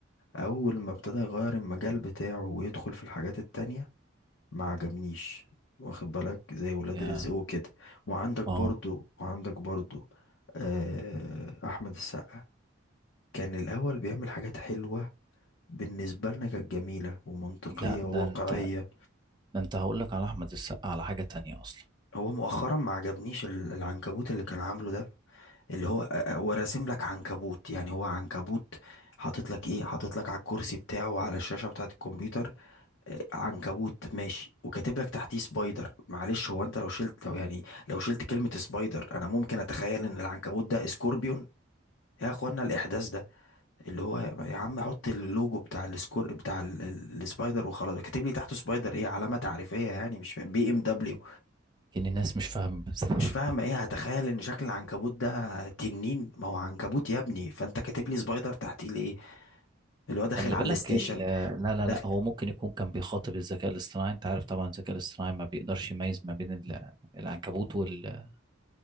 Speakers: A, on the left (about 70°); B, on the right (about 20°).
A: اول ما ابتدى يغير المجال بتاعه ويدخل في الحاجات التانية ما عجبنيش واخد بالك زي ولاد
B: يا
A: رزق وكده وعندك
B: اه
A: برضو وعندك برضو آه احمد السقا كان الاول بيعمل حاجات حلوة بالنسبة لنا كانت جميلة ومنطقية
B: لا
A: وواقعية
B: ده انت ده انت هقول لك على احمد السقا على حاجة تانية اصلا
A: هو مؤخرا ما عجبنيش ال- العنكبوت اللي كان عامله ده اللي هو أ- أ- وراسم لك عنكبوت يعني هو عنكبوت حاطط لك ايه حاطط لك على الكرسي بتاعه وعلى الشاشة بتاعة الكمبيوتر آه، عنكبوت ماشي وكاتب لك تحتيه سبايدر معلش هو انت لو شلت لو يعني لو شلت كلمة سبايدر انا ممكن اتخيل ان العنكبوت ده سكوربيون يا اخوانا الاحداث ده اللي هو يا عم حط اللوجو بتاع السكور بتاع ال- ال- السبايدر وخلاص كاتب لي تحته سبايدر ايه علامة تعريفية يعني مش فاهم بي ام دبليو
B: يمكن الناس مش فاهمة بس <laughs>
A: مش فاهم ايه هتخيل ان شكل العنكبوت ده تنين ما هو عنكبوت يا ابني فانت كاتب لي سبايدر تحتيه ليه اللي هو داخل
B: خلي
A: على
B: بالك
A: الستيشن
B: ال... لا لا
A: داخل
B: لا هو ممكن يكون كان بيخاطب الذكاء الاصطناعي انت عارف طبعا الذكاء الاصطناعي ما بيقدرش يميز ما بين ال... العنكبوت وال